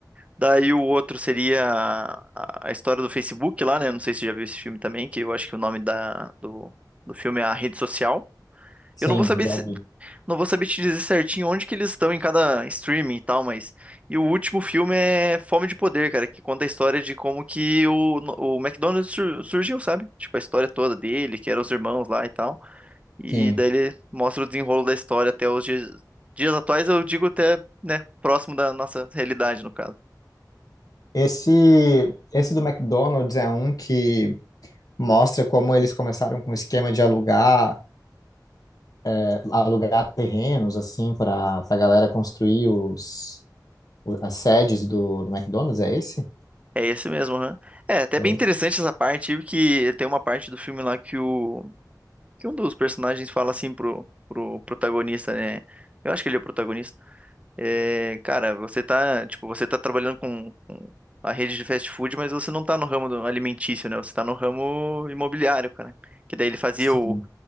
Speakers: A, on the right; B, on the left.
A: Daí o outro seria a, a história do Facebook lá, né? Não sei se você já viu esse filme também, que eu acho que o nome da, do, do filme é A Rede Social.
B: Sim,
A: Eu não vou saber
B: eu já
A: se-
B: vi.
A: não vou saber te dizer certinho onde que eles estão em cada streaming e tal, mas e o último filme é Fome de Poder, cara, que conta a história de como que o, o McDonald's sur- surgiu, sabe? Tipo a história toda dele, que eram os irmãos lá e tal. E
B: Sim.
A: daí ele mostra o desenrolo da história até os dias, dias atuais, eu digo até, né, próximo da nossa realidade, no caso.
B: Esse esse do McDonald's é um que mostra como eles começaram com o esquema de alugar é, alugar terrenos assim para a galera construir os o- as sedes do, do McDonald's, é esse?
A: É esse mesmo, né? É, até
B: É,
A: bem interessante essa parte, porque tem uma parte do filme lá que o que um dos personagens fala assim pro, pro protagonista, né? Eu acho que ele é o protagonista. É, cara, você tá, tipo, você tá trabalhando com, com a rede de fast food, mas você não tá no ramo do- alimentício, né? Você tá no ramo imobiliário, cara. Que daí ele fazia
B: sim.
A: o